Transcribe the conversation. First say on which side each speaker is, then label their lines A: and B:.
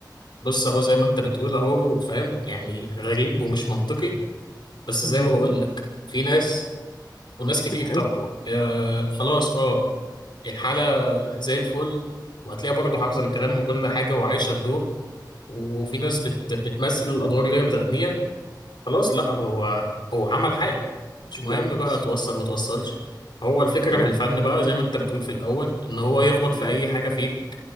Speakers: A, on the left; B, on the left.
A: بص أهو زي ما أنت بتقول أهو فاهم يعني غريب ومش منطقي بس زي
B: جامد
A: ما بقول لك في ناس وناس كتير
B: بتحبه
A: طبعا آه خلاص اه الحالة زي الفل وهتلاقيها برضه حافظة الكلام وكل حاجة وعايشة الدور وفي ناس بت بتمثل الأدوار اللي هي بتغنيها خلاص لا هو هو عمل حالة مش مهم
B: جامد
A: بقى توصل ما توصلش هو الفكرة
B: جامد
A: في الفن بقى زي ما أنت بتقول في الأول إن هو يخبط
B: جامد
A: في أي حاجة فيك